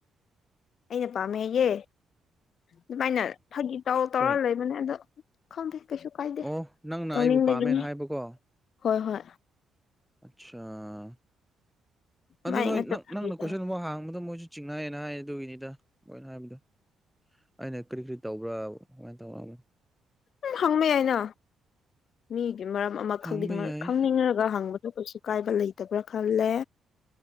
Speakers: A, on the left (about 60°); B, in the centre.
A: ꯑꯩꯅ ꯄꯥꯝꯃꯦꯌꯦꯦ ꯑꯗꯨꯃꯥꯏꯅ ꯐꯥꯒꯤ ꯇꯧꯔ ꯇꯧꯔꯒ
B: ꯁꯣꯔꯤ
A: ꯂꯩꯕꯅꯦ ꯑꯗꯣ ꯈꯪꯗꯦ ꯀꯩꯁꯨ ꯀꯥꯏꯗꯦ
B: ꯑꯣ ꯅꯪꯅ
A: ꯇꯧꯅꯤꯡꯕꯒꯤꯅꯤ
B: ꯑꯩꯕꯨ ꯄꯥꯝꯃꯦꯅ ꯍꯥꯏꯕꯀꯣ
A: ꯍꯣꯏ ꯍꯣꯏ
B: ꯑꯠꯆꯥꯥ ꯑꯗꯨ
A: ꯃꯥꯏ
B: ꯅꯣꯏ
A: ꯉꯥꯛꯇ
B: ꯅꯪ
A: ꯐꯥꯒꯤ
B: ꯅꯪꯅ
A: ꯇꯧꯔ
B: ꯀꯣꯏꯁꯟ ꯑꯃ ꯍꯥꯡꯕꯗ ꯃꯣꯏꯖꯨ ꯆꯤꯡꯅꯥꯏꯌꯦꯅ ꯍꯥꯏꯌꯦ ꯑꯗꯨꯒꯤꯅꯤꯗ ꯃꯣꯏꯅ ꯍꯥꯏꯕꯗꯣ ꯑꯩꯅ ꯀꯔꯤ ꯀꯔꯤ ꯇꯧꯕ꯭ꯔꯥ ꯀꯃꯥꯏꯅ ꯇꯧꯣ
A: ꯎꯝ ꯍꯪꯕ ꯌꯥꯏꯅꯥ ꯃꯤꯒꯤ ꯃꯔꯝ ꯑꯃ
B: ꯍꯥꯡꯕ
A: ꯈꯪꯅꯤꯡꯉ
B: ꯌꯥꯏ
A: ꯈꯪꯅꯤꯡꯉꯒ ꯍꯪꯕꯗꯨ ꯀꯩꯁꯨ ꯑꯀꯥꯏꯕ ꯂꯩꯇꯕ꯭ꯔꯥ ꯈꯜꯂꯦ